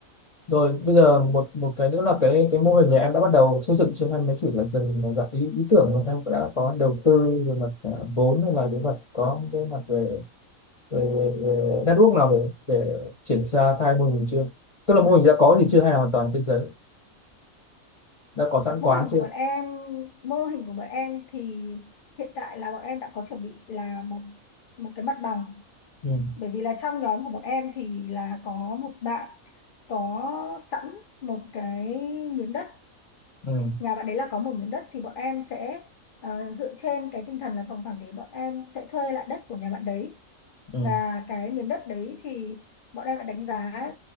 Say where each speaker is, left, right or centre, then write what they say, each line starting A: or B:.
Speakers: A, on the left; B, on the left.
A: rồi bây giờ một một cái nữa là cái cái mô hình này em đã bắt đầu xây dựng chứ em mới chỉ là dừng ở dạng ý, ý tưởng mà em cũng đã có đầu tư về mặt à, vốn hay là về mặt có cái mặt về về, về, về network nào để để triển ra khai mô hình chưa tức là mô hình đã có gì chưa hay là hoàn toàn trên giấy đã có sẵn
B: mô
A: quán
B: hình
A: chưa
B: của bọn em mô hình của bọn em thì hiện tại là bọn em đã có chuẩn bị là một một cái mặt bằng
A: ừ.
B: bởi vì là trong nhóm của bọn em thì là có một bạn có sẵn một cái miếng đất
A: Ừ.
B: nhà bạn đấy là có một miếng đất thì bọn em sẽ ờ, dựa trên cái tinh thần là sòng phẳng thì bọn em sẽ thuê lại đất của nhà bạn đấy
A: Ừ.
B: và cái miếng đất đấy thì bọn em đã đánh giá